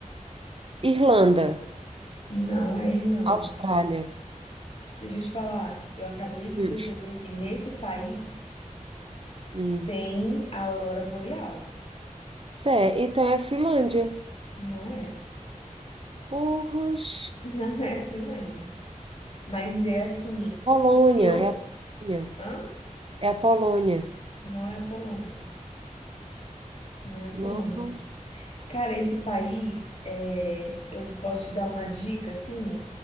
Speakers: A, on the right (about 45°); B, on the left (about 50°).
A: Irlanda,
B: não é Irlanda.
A: Austrália.
B: Deixa eu te falar, eu acabei de
A: Hum,
B: perceber que nesse país
A: hum.
B: tem a aurora boreal.
A: Cé, então é a Finlândia.
B: Não é,
A: Porras.
B: <laughs> não é a Finlândia. Mas é assim,
A: Polônia,
B: eu.
A: é a Polônia.
B: Hã?
A: É a Polônia.
B: Não é a Polônia. Não é a
A: Nossa.
B: Polônia. Cara, esse país, é, eu posso te dar uma dica, assim,